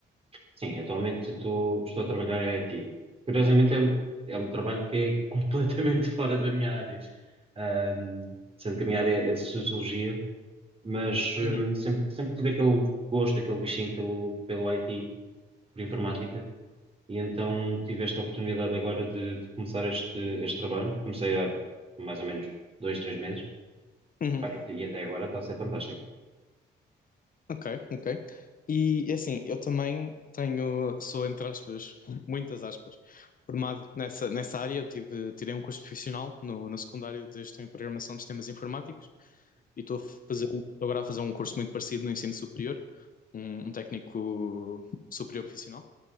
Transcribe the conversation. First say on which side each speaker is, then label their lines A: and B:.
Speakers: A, on the right (about 30°); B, on the left (about 45°).
A: Sim, atualmente tô- estou a trabalhar em IT. Curiosamente, é um, é um trabalho que é <laughs> completamente fora da minha área. Ahm, sendo que a minha área é de sociologia, mas ahm,
B: Uhum.
A: sempre, sempre tive aquele gosto, aquele bichinho pelo, pelo IT, por informática, e então tive esta oportunidade agora de, de começar este, este trabalho. Comecei há mais ou menos dois, três meses,
B: Uhum.
A: Pá, e até e até agora está a ser fantástico.
B: Ok, ok. E assim, eu também tenho, sou entre aspas, <laughs> muitas aspas, formado nessa, nessa área. Eu tive, tirei um curso profissional no, no secundário de Gestão e Programação de Sistemas Informáticos e estou a fazer, estou agora a fazer um curso muito parecido no ensino superior, um, um técnico superior profissional.